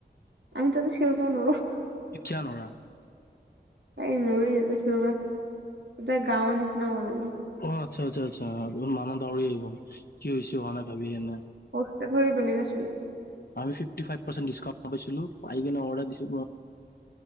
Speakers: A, on the right (about 75°); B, on the left (about 55°).
A: আমি ততো চিঞৰ বাও নৰো
B: কিয়া নৰা?
A: এই নৰি ইয়াতে চিঞৰবা কিবা গাওঁ নিচনা আৰু
B: অ আচ্ছা আচ্ছা মানুহ দাউৰি আহি গ'ল কি হৈছে <unintelligible> নাই ভাবি কেনে
A: <unintelligible> ধৰি বেলি গৈছিলি
B: আমি ফিফটি ফাইভ পাৰচেন্ত ডিচকাউন্ত পাইছিলো আহি কিনে অৰ্ডাৰ দিছো